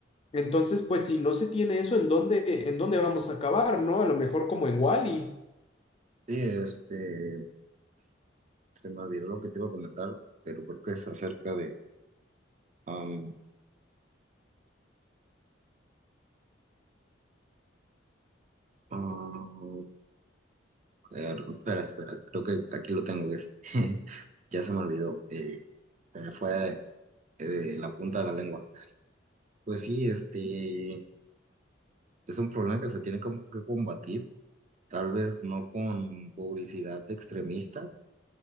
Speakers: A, on the left; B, on the right.
A: Entonces, pues si no se tiene eso, ¿en dónde, en dónde vamos a acabar, ¿no? A lo mejor como en Wall-E.
B: Sí, este, se me olvidó lo que te iba a comentar, pero creo que es acerca de... am, ah, er, espera, espera, creo que aquí lo tengo, este, <laughs> ya se me olvidó, eh, se me fue de, de la punta de la lengua. Pues sí, este, es un problema que se tiene como que combatir tal vez no con publicidad extremista,